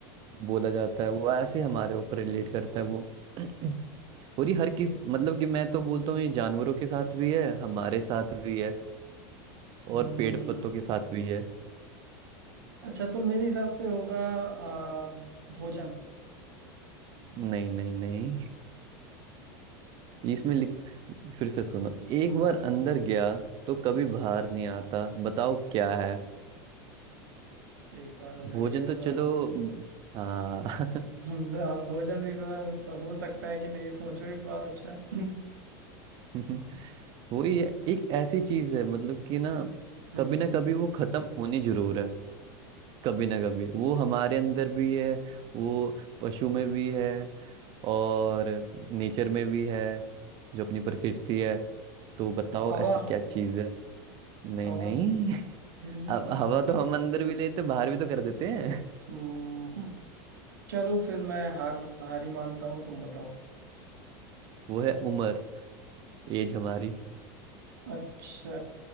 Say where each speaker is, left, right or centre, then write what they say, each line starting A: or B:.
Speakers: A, on the right; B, on the right.
A: बोला जाता है वो ऐसे हमारे ऊपर रिलेट करता है वो <clears throat> और ये हर किस मतलब कि मैं तो बोलता हूँ ये जानवरों के साथ भी है हमारे साथ भी है
B: हम्म
A: और पेड़ पत्तों के साथ भी है
B: अच्छा तो मेरे हिसाब से होगा आ, भोजन
A: नहीं नहीं नहीं इसमें लिख फिर से सुनो एक
B: हम्म
A: बार अंदर गया तो कभी
B: हम्म,
A: बाहर नहीं आता बताओ क्या है
B: तो एक बार अंदर
A: भोजन
B: गया
A: तो
B: तो
A: चलो हाँ
B: हम्म, हाँ, भोजन भी वो- हो सकता है कि नहीं सोचो एक बार अच्छा हम्म,
A: <laughs> वही
B: हम्म,
A: है, एक ऐसी चीज है मतलब कि ना
B: हम्म,
A: कभी ना कभी वो खत्म होनी जरूर है कभी ना कभी वो हमारे अंदर भी है वो पशु में भी है और नेचर में भी है जो अपनी प्रकृति है तो बताओ
B: हवा
A: ऐसी क्या चीज है नहीं
B: हवा
A: नहीं
B: हम्म,
A: अब
B: हम्म,
A: हवा तो हम अंदर भी लेते बाहर भी तो कर देते हैं
B: हम्म, चलो फिर मैं हार हारी मानता हूँ तुम बताओ
A: <laughs> वो है उम्र एज हमारी
B: अच्छा